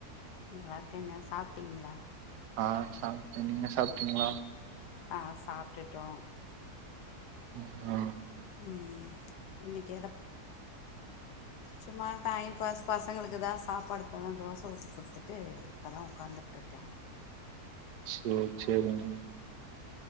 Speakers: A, on the left; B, on the right.
A: ம் நல்லார்க்கேங்க சாப்ட்டீங்ளா
B: ஆ சாப்ட்டே நீங்க சாப்ட்டீங்களா
A: ஆ சாப்ட்டுட்டோ
B: உஆ
A: ம் இன்னைக்கு எத சும்மா டைம் பாஸ் பசங்களுக்கு தா சாப்பாடு இப்போ தா தோச ஊத்தி குடுத்துட்டு இப்பதா உட்காந்துட் இருக்கே
B: சேர் சேரிங்க